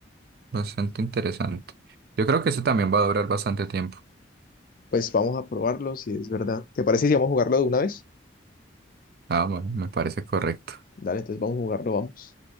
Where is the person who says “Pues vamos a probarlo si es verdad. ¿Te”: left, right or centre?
Left